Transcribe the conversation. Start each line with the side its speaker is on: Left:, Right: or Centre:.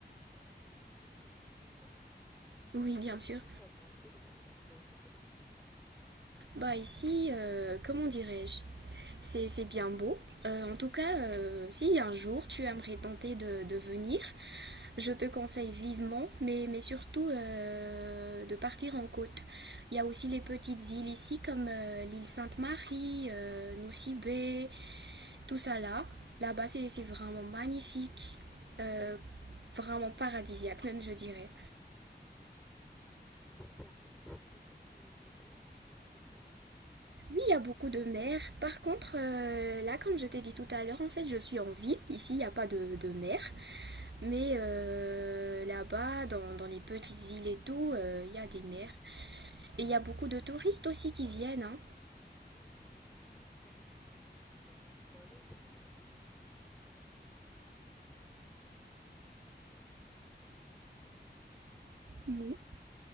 Centre: ho- horizons, tu vois.
Right: Oui, bien
Centre: Mais
Right: sûr.
Centre: sinon, parle-moi un peu de Madagascar, c'est comment?
Right: Bah ici, euh, comment dirais-je? C'est c'est bien beau. Euh, en tout cas, euh, si un jour tu aimerais tenter de, de venir, je te conseille vivement, mais, mais surtout euh, de partir en côte. Il y a aussi les petites îles ici, comme euh, l'île Sainte-Marie, euh, Nosy Be, tout ça là. Là-bas, c'est c'est vraiment magnifique, euh, vraiment paradisiaque même, je dirais.
Centre: Hmm. Il y a, il y a beau- il y a beaucoup de, de mer, il y a beaucoup de plages.
Right: Oui, il y a beaucoup de mer. Par contre, euh, là, comme je t'ai dit tout à l'heure, en fait, je suis en ville. Ici, il n'y a pas de, de mer. Mais euh, là-bas, dans, dans les petites îles et tout, euh, il y a des mers. Et il y a beaucoup de touristes aussi qui viennent, hein.
Centre: Ouais, j'ai j'ai- j'ai entendu parler. hein. J'ai entendu parler. Il y a même, il y a même un, un- un dessin animé dessus. C'est, c'est- ça s'appelle Madagascar, si je ne me trompe. Le,
Right: Oui.